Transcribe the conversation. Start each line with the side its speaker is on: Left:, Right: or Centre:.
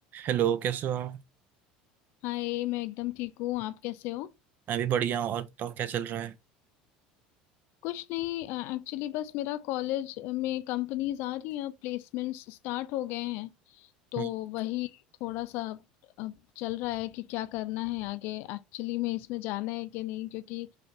Right: Hello कैसे हो आप
Left: हाय मैं एकदम ठीक हूँ आप कैसे हो
Right: मैं भी बढ़िया हूँ और बताओ क्या चल रहा है
Left: कुछ नहीं एक्चुअली बस मेरा कॉलेज में कंपनीज आ रही हैं प्लेसमेंट्स स्टार्ट हो गए हैं तो
Right: हम्म,
Left: वही थोड़ा सा अ, चल रहा है कि क्या करना है आगे एक्चुअली में इसमें जाना है कि नहीं क्योंकि